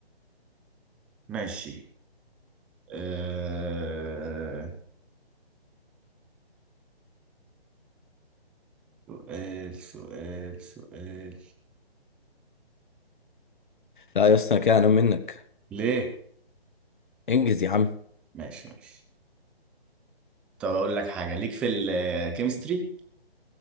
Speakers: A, in the centre; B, on the left.
A: ماشي أه... سؤال سؤال سؤال
B: لا يا اسطى أنا كده أنام منك
A: ليه؟
B: انجز يا عم
A: ماشي ماشي طب اقول لك حاجه ليك في الكيمستري